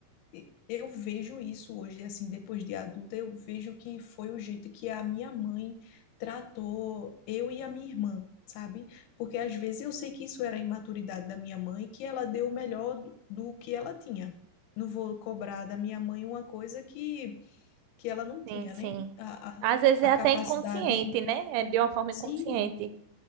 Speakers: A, on the left; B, on the right.
A: E Eu vejo isso hoje, assim, depois de adulta, eu vejo que foi o jeito que a minha mãe tratou eu e a minha irmã, sabe? Porque às vezes eu sei que isso era a imaturidade da minha mãe, que ela deu o melhor do, do que ela tinha. Não vou cobrar da minha mãe uma coisa que, que ela não tinha,
B: Sim, sim.
A: né? A,
B: Às
A: a,
B: vezes
A: a
B: é
A: capacidade.
B: até inconsciente, né? É de uma forma
A: Sim,
B: inconsciente.